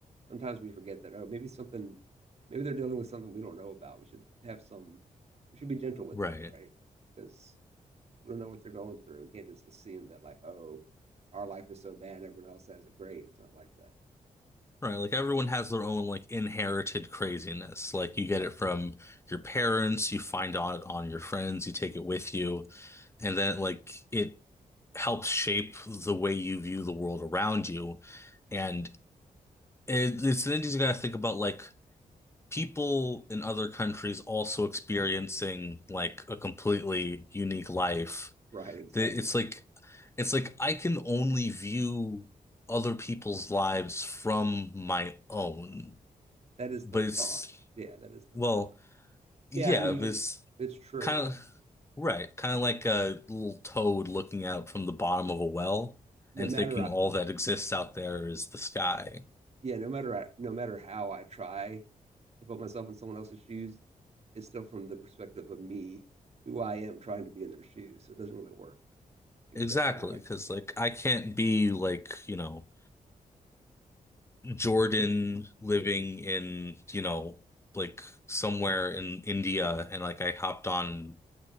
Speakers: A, on the right; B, on the left.
A: Sometimes we forget that, oh, maybe something, maybe they're dealing with something we don't know about. We should have some, we should be gentle with
B: Right.
A: them, right? Because we don't know what they're going through. We can't just assume that, like, oh, our life is so bad, everyone else has it great. It's not like that.
B: Right, like everyone has their own like inherited craziness. Like
A: Exactly.
B: you get it from your parents, you find out on your friends, you take it with you, and then like it helps shape the way you view the world around you. And it, it's then you gotta think about like people in other countries also experiencing like a completely unique life.
A: Right. Exactly.
B: The- It's like it's like I can only view other people's lives from my own
A: That is
B: but
A: the
B: it's
A: thought. Yeah, that is the
B: well,
A: thought.
B: yeah,
A: Yeah, I mean,
B: it
A: you can,
B: was
A: it's true.
B: kind of right, kind of like a little toad looking out from the bottom of a well
A: No
B: and
A: matter
B: thinking all that exists out there is the sky.
A: yeah, no matter no matter how I try to put myself in someone else's shoes, it's still from the perspective of me, who I am trying to be in their shoes. So it doesn't really work. Exactly
B: Exactly,
A: right.
B: because
A: Yeah.
B: like I can't be like, you know, Jordan living in, you know, like somewhere in India
A: Yeah.
B: and like I hopped on